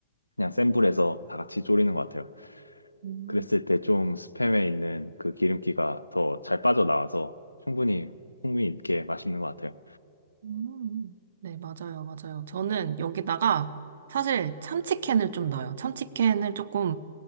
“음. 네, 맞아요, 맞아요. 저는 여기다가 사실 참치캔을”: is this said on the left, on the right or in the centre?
Right